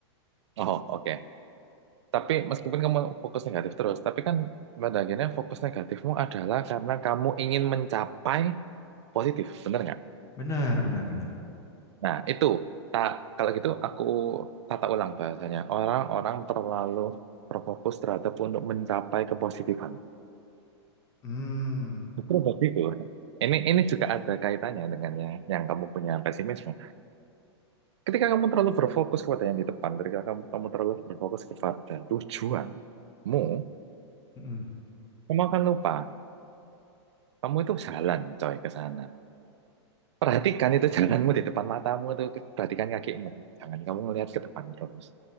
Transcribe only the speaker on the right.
Oh, oke. Tapi meskipun kamu fokus negatif terus, tapi kan pada akhirnya fokus negatifmu adalah karena kamu ingin mencapai positif, bener nggak?
Nah, itu. Tak, kalau gitu aku tata ulang bahasanya. Orang-orang terlalu terfokus terhadap untuk mencapai kepositifan.
Justru begitu. Ini ini juga ada kaitannya dengan yang, yang kamu punya pesimisme. Ketika kamu terlalu berfokus kepada yang di depan, ketika kamu, kamu terlalu berfokus kepada tujuanmu,
kamu akan lupa Kamu itu jalan coy ke sana. Perhatikan itu jalanmu di depan matamu tuh, perhatikan kakimu. Jangan kamu ngelihat ke depan terus.